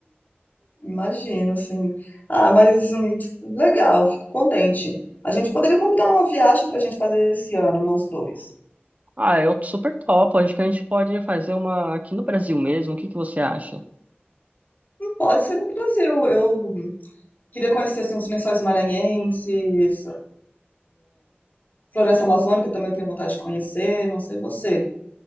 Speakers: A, on the left (about 45°); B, on the right (about 40°).
A: Imagino, sim. Ah, mas hum, legal, fico contente. A gente poderia combinar uma viagem para a gente fazer esse ano, nós dois.
B: Ah, eu super topo. Acho que a gente pode fazer uma aqui no Brasil mesmo. O que que você acha?
A: Não pode ser no Brasil. Eu queria conhecer assim, os lençóis maranhenses, Floresta Amazônica também eu tenho vontade de conhecer, não sei você.